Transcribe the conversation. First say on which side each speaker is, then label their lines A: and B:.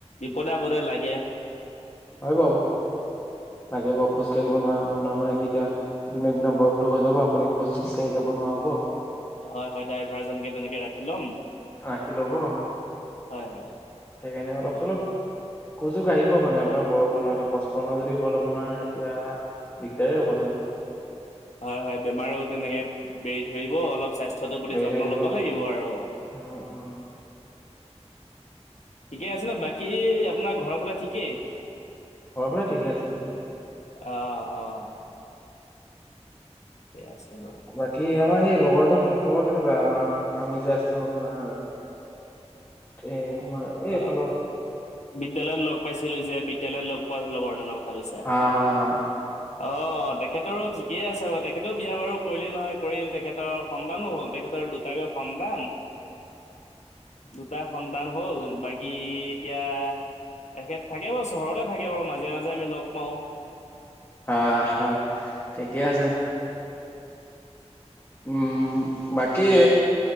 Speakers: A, on the left; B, on the left.
A: বিপদে আপদে লাগে
B: হয় বাৰু লাগিব
A: হয়
B: খোজ কাঢ়িব নোৱাৰা আপোনাৰ মানে কেতিয়া দিনক দিনে বয়সতটো হৈ যাব আপুনি খোজ চোজ কাঢ়ি যাব নোৱাৰ হব
A: হয় হয় ড্ৰাইভাৰজনকে তেনেকে ৰাখি ল'ম
B: আশী ল'ব
A: হয় হয়
B: সেইকাৰণে অলপ চলপ খোজোঁ কাঢ়িব মানে আপোনাৰ বয়স হল ন এতিয়া পঁচপন্ন যদি হ'ল আপোনাৰ এতিয়া দিগদাৰে হ'বচোন
A: হয় হয় বেমাৰো তেনেকে বেৰি ধৰিব অলপ স্বাস্থ্য তো প্ৰতি
B: বাঢ়ি
A: যত্ন
B: থাকিব
A: লব লাগিব আৰু
B: উম উম
A: ঠিকে আছে ন বাকী আপোনাৰ ঘৰৰ ফালে ঠিকেই
B: ঘৰলে ফালে ঠিকে আছে ঠিকে আছে
A: অ অ ঠিকেই আছে বাৰু
B: বাকী আমাৰ সেই লগৰ জন খবৰ কেনেকুৱা আমাৰ আমি যে আছিলো আপোনাৰ এ তোমাৰ এইফাল
A: অঁ বিদ্যালয়ত লগ পাইছিলো যে বিদ্যালয়ত লগ পোৱা লগৰজনৰ কথা কৈছা
B: উম হুম হুম
A: অ তেখেতৰো ঠিকেই আছে বাৰু তেখেতও বিয়া বাৰু কৰিলেই নহয় কৰি তেখেতৰ সন্তানো হ'ল তেখেতৰ দু টাকৈ সন্তান
B: অ <unintelligible>
A: দুটা সন্তান হ'ল বাকী এতিয়া এখেত থাকে বাৰু চহৰতে থাকে বাৰু মাজে মাজে আমি লগ পাওঁ।
B: আ হা ঠিকে আছে। উম বাকী